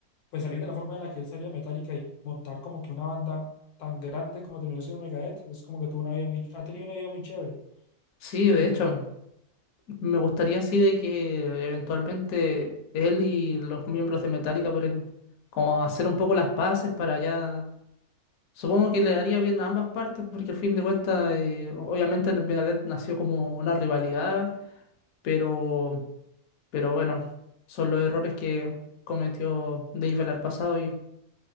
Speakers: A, on the left; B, on the left.
A: pues salir de la forma en la que él salió de Metallica y montar como que una banda tan grande como terminó siendo Megadeth, es como que tuvo una vida muy, ha tenido una vida muy chévere,
B: sí, de
A: diría
B: hecho,
A: yo.
B: me gustaría así de que eventualmente él y los miembros de Metallica puedan como hacer un poco las paces para ya... Supongo que le haría bien a ambas partes porque al fin de cuentas, eh, obviamente Megadeth nació como una rivalidad, pero, pero bueno, son los errores que cometió Dave en el pasado y